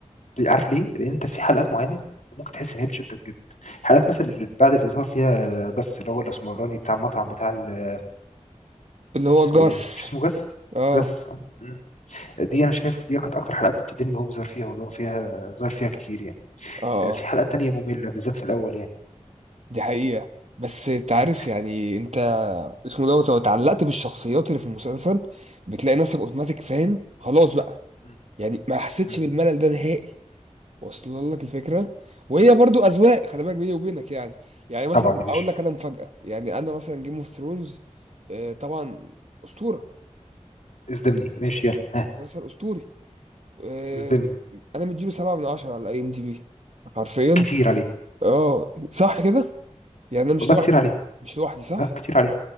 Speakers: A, on the left; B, on the right.
A: ال- عارف ليه لان انت في حلقات معينه ممكن تحس ان هي بتشدك جدا حلقات مثلا اللي بعد اللي ظهر فيها جس اللي هو الاسمراني بتاع المطعم بتاع ال-
B: اللي هو
A: اسمه
B: جاس
A: ايه مش اسمه جس
B: اه
A: جس آه. دي انا شايف دي كانت اكتر حلقه بتديني اللي هو بيظهر فيها واللي هو فيها ظهر فيها كتير يعني
B: اه آه.
A: آه، في حلقات تانية ممله بالذات في الاول يعني
B: دي حقيقة بس تعرف
A: مم.
B: يعني انت اسمه دوت لو اتعلقت بالشخصيات اللي في المسلسل بتلاقي نفسك اوتوماتيك فاهم خلاص بقى
A: مم.
B: يعني ما حسيتش
A: مم.
B: بالملل ده نهائي واصل لك الفكرة وهي
A: مم.
B: برضو اذواق خلي بالك بيني وبينك يعني يعني مثلا
A: طبعا يا باشا
B: اقول لك انا مفاجأة يعني انا مثلا جيم اوف ثرونز طبعا اسطورة
A: اصدمني ماشي يلا ها
B: مسلسل اسطوري آه،
A: اصدمني
B: انا مديله سبعة من عشرة على اي ام دي بي حرفيا
A: كتير عليه
B: اه صح كده يعني انا مش
A: والله
B: لوحدي
A: كتير عليه
B: مش لوحدي صح
A: لا كتير عليه